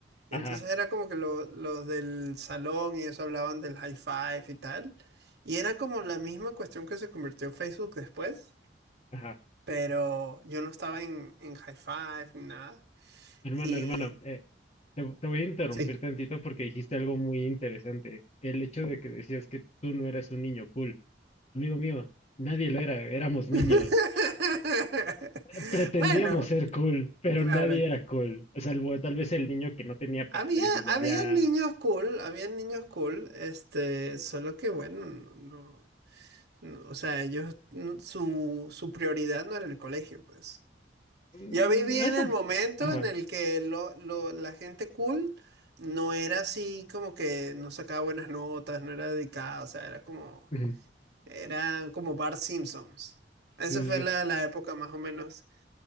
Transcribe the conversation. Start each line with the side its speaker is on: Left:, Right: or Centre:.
Right: Y
Left: Ajá,
Right: entonces era como que lo- los del salón y eso hablaban del high five y tal. Y era como la misma cuestión que se convirtió en Facebook después,
Left: ajá.
Right: pero yo no estaba en, en high five ni nada.
Left: Hermano,
Right: Y
Left: hermano, eh, te, te voy a interrumpir
Right: sí.
Left: tantito porque dijiste algo muy interesante. El hecho de que decías que tú no eras un niño cool. Amigo mío, nadie lo era, éramos niños.
Right: <laughs>
Left: pretendíamos
Right: Bueno,
Left: ser cool, pero
Right: claro.
Left: nadie era cool. O sea, salvo tal vez el niño que no tenía
Right: Había,
Left: padres y ya
Right: había
Left: había...
Right: niños cool, había niños cool, este, solo que bueno, no, no- o sea, ellos, mm, su, su prioridad no era el colegio, pues.
Left: Mm,
Right: Yo viví en
Left: esa-
Right: el momento
Left: Ajá.
Right: en el que lo, lo- la gente cool no era así como que no sacaba buenas notas, no era dedicada, o sea, era como,
Left: Ujú.
Right: eran como Bart Simpsons.
Left: Sí,
Right: Esa
Left: sí,
Right: fue la,
Left: sí.
Right: la época más o menos,